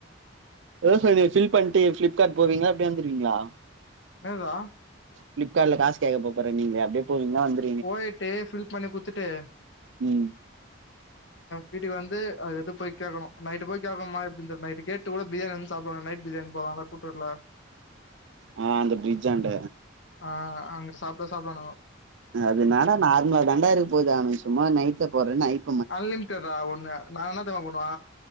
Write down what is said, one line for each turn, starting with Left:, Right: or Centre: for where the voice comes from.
Right: சேரி சேரி ஃபில் பண்ட்டு பிளிப்கார்ட் போவீங்ளா இல்ல இப்படி வந்துருவீங்ளா
Left: என்னதுறா
Right: பிளிப்கார்டல காசு கே்க போப்ஸபோறே நீங்ள அப்டியே போவீங்லா வந்து
Left: போய்ட்டு ஃபில் பண்ணி குட்த்துட்டு
Right: ம்
Left: வீட்க்கு வந்து அது எட்த்து போய் கேக்கணு நைட்டு போய் கேக்கணுமா எப்டினு தெரில்ல நைட்டு கேட்டு கூட பிரியாணி வந்து சாப்டுவாங்க நைட் பிரியாணி இப்பதாண்ஞ கூட்ரோட்ல
Right: அ அந்த பிரிஜ்ஜாண்ட
Left: அ அங்குட்டு சாப்ட்டா சாப்டுவானுங்க
Right: அதுன்னெடா நார்மள தாண்டா இருக்க போகுது அவுன்க சும்மா நைட்ல போறே நைட்
Left: அன்லிமிட்டற்றா ஒண்ணு நா என்ன தெரியுமா பண்ணுவா